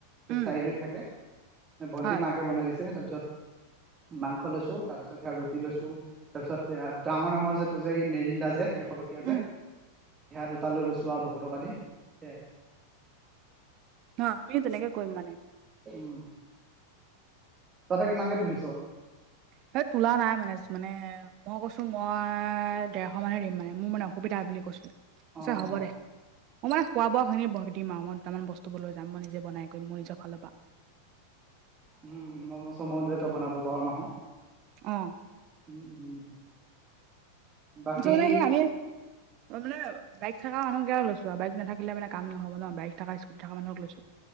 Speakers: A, on the right; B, on the right.
A: সেই
B: উম,
A: চাৰিআলিত থাকে। ভণ্টি
B: হয়,
A: মাকে বনাই দিছে তাৰ পিছত মাংস লৈছো তাৰপিছত সেয়া ৰুটি লৈছ তো তাৰপিছত এয়া ডাঙৰ ডাঙৰ যে টোযে এই মেৰিণ্ডা যে এশ টকীয়া
B: উম,
A: যে সেয়া দুটা লৈ গৈছো আও দুশ টকা দি সেয়াই।
B: ন আমিও তেনেকে কৰিম মানে।
A: উম, তাতে কিমানকে তুলিছ?
B: সেইত তোলা নাই মানেচ মানে মই কৈছো মই ডেৰশ মানে দিম মানে মো মানে অসুবিধা বুলি কৈছো। পিছে
A: অ
B: হ'ব
A: অ
B: দে। মই মানে খোৱা বোৱা খিনি বক দিম আও মই দুটামান বস্তুবোৰ লৈ যাম মই নিজে বনাই কৰিম মো নিজৰ ফালৰ পা।
A: উম ম'ম' চ'ম' যে বনাব পাৰো নহয়।
B: অ
A: উম, উম। বাকী
B: ওচ মানে সেই আমি অ মানে বাইক থকা মানুহ কিয় লৈছো আও বাইক নাথাকিলে মান কাম নহব ন বাই থকা স্কুটি থকা মানুহক লৈছো।